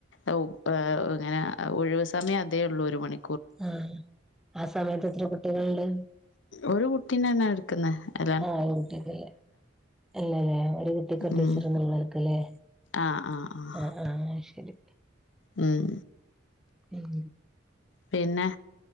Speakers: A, on the left; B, in the centre.
A: ഓ പ്പ ഇങ്ങനെ ഒഴിവ് സമയം അതേ ഉള്ളൂ ഒരുമണി.
B: ആഹ് ആഹ് സമയത്ത് എത്ര കുട്ടികളുണ്ട്.
A: ഒരു കുട്ടീ തന്നാ എടുക്കുന്നത്. എ
B: ആഹ് കുട്ടിയക്കല്ലേ അല്ലല്ലേ ഒരു കുട്ടിക്കൊര്
A: ഉം
B: ടീച്ചർന്നൊള്ളാരിക്കല്ലേ
A: ആഹ് ആഹ് ആഹ്
B: ആഹ് ആഹ് അയ്ശരി
A: ഉം
B: ഉം
A: പിന്നെ